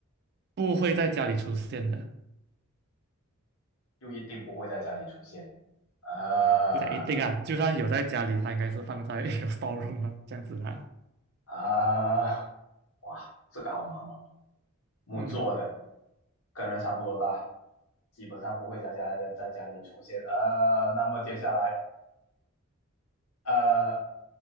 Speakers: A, on the right (about 45°); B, on the left (about 70°).
A: 不会在家里出现的。
B: 又一定不会在家里出现。呃
A: 不太一定啊，就算有在家里，它应该是放在一个 <laughs> storeroom 吧，这样子啦。
B: 啊、呃哇，这个好难哦，木做的，
A: 嗯，
B: 跟人差不多大，基本上不会在家在在家里出现。呃，那么接下来，呃，